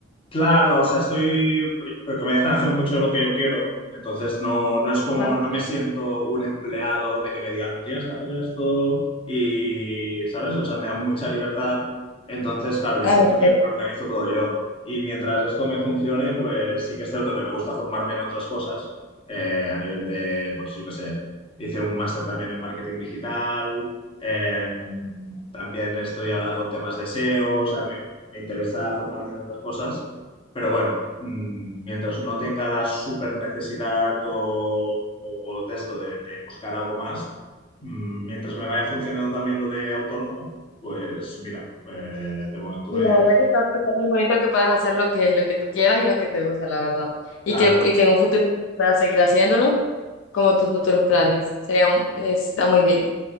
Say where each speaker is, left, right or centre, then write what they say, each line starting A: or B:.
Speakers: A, on the left; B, on the left.
A: Claro, o sea, estoy, porque me dejan hacer mucho de lo que yo quiero, entonces no, no es como,
B: Ajá.
A: no me siento un empleado de que me digan, tienes que hacer esto y, ¿sabes? O sea, me dan mucha libertad, entonces, claro, yo
B: Ah,
A: siento
B: ok.
A: que lo organizo todo yo. Y mientras esto me funcione, pues sí que es cierto que me gusta formarme en otras cosas, eh, a nivel de, pues yo qué sé, hice un máster también en marketing digital, eh, también estoy ahora con temas de SEO, o o sea, me me interesa formarme en otras cosas. Pero bueno, mm, mientras no tenga la super necesidad o, o de esto de, de buscar algo más, mm, mientras me vaya funcionando también lo de autónomo, pues mira, eh, de momento
B: Y
A: me,
B: la verdad
A: me- estoy.
B: que está, está muy bonito que puedas hacer lo que, lo que tú quieras y lo que te gusta, la verdad. Y
A: Claro,
B: que, y que en un futuro puedas seguir haciéndolo como tus futuros planes. Sería, está muy bien.